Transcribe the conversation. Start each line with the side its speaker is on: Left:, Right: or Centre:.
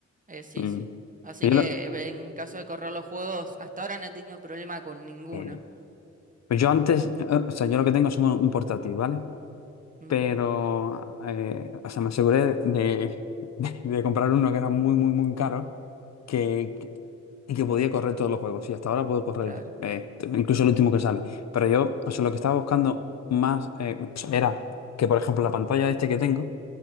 Right: Eh, sí,
Left: Mm.
Right: sí. Así
Left: Pues
Right: que
Left: Yo, lo-
Right: eh, en caso de correr los juegos, hasta ahora no he tenido problema con ninguno.
Left: eh, pues yo antes, eh, o sea, yo lo que tengo es un, un portátil, ¿vale?
Right: Ujú,
Left: pero, eh, o sea, me aseguré de, <laughs> de, de comprar uno que era muy, muy, muy caro que, que- y que podía correr todos los juegos. Y hasta ahora puedo correr
Right: claro.
Left: eh, t- incluso el último que sale. Pero yo, o sea, lo que estaba buscando más eh, o sea, era que, por ejemplo, la pantalla este que tengo